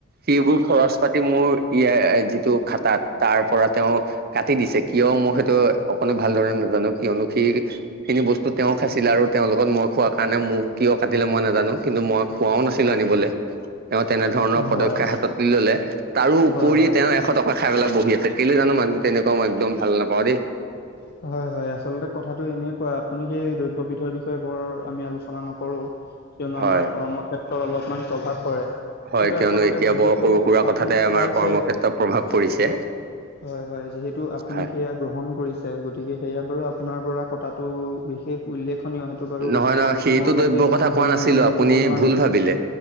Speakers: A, on the right; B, on the left.
A: সেইবোৰ খৰচ পাতি মোৰ ইয়ে যিটো খাতাত তাৰ পৰা তেওঁ কাটি দিছে, কিয় মই সেইটো অকণো ভালদৰে নাজানো, কিয়নো সেই খিনি বস্তু তেওঁক খাইছিলে আৰু তেওঁ লগত মই খোৱা কাৰণে মোক কিয় কাটিলে মই নাজানো কিন্তু মই কোৱাও নাছিলোঁ আনিবলে। তেওঁ তেনেধৰণৰ
B: হয়
A: পদক্ষেপ হাতত তুলি ললে। তাৰো উপৰি
B: হয় হয়।
A: তেওঁ শ, টকা খাই পেলাই বহি আছে, কেলৈ জানো মানুহটো তেনেকুৱা মই একডম ভাল নাপাওঁ দেই।
B: <inaudible> হয় হয়, আচলতে কথাটো এনেই কোৱা আপুনি সেই দ্ৰব্যবিধৰ বিষয়ে বৰ আমি আলোচনা নকৰো। কিয়নো
A: হয়
B: আমাৰ কৰ্ম ক্ষেত্ৰত অলপমান প্ৰভাৱ পৰে।
A: হয়
B: কিন্তু
A: কিয়নো
B: আচলতে
A: এতিয়া
B: যিহেতু
A: বৰ সৰু সুৰা
B: আপুনি
A: কথাতে আমাৰ
B: খাইছে?
A: কৰ্মক্ষেত্ৰত প্ৰভাৱ পৰিছে
B: হয় হয়, যিহেতু আপুনি
A: হয়
B: সেয়াক গ্ৰহণ কৰিছে। গতিকে সেয়া বাৰু আপোনাৰ পৰা কটাটো বিশেষ উল্লেখনীয় সেইটো বাৰু
A: নহয় নহয় সেইটো
B: তেওঁৰ গাতো
A: দ্ৰব্যৰ
B: ইমান
A: কথা কোৱা
B: ভুল
A: নাছিলো
B: নাই বুলি
A: আপুনি
B: ক'ব নোৱাৰি।
A: ভুল ভাবিলে